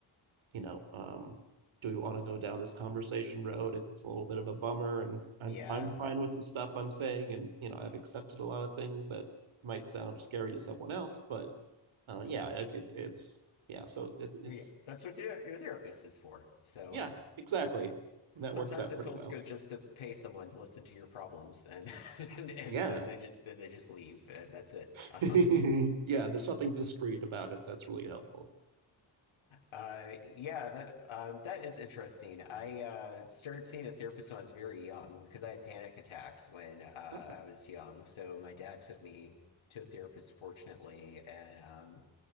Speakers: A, on the right; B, on the left.
A: you know, um, do we want to go down this conversation road? It's a little bit of a bummer, and I'm
B: Yeah.
A: I'm fine with the stuff I'm saying, and you know, I've accepted a lot of things that might sound scary to someone else, but uh, yeah, like it, it's yeah, so it, it's
B: Yeah, that's what your, your therapist is for. So
A: yeah, exactly, and that
B: sometimes
A: works out
B: it
A: pretty
B: feels
A: well.
B: good just to pay someone to listen to your problems, and <laughs> and, and
A: Yeah,
B: then they just then they just leave, and that's it.
A: <laughs>
B: Um,
A: yeah, there's something discreet about it that's really helpful.
B: uh, yeah, that um, that is interesting. I uh, started seeing a therapist when I was very young because I had panic attacks when uh,
A: Okay.
B: I was young. So my dad took me to a therapist, fortunately, and um,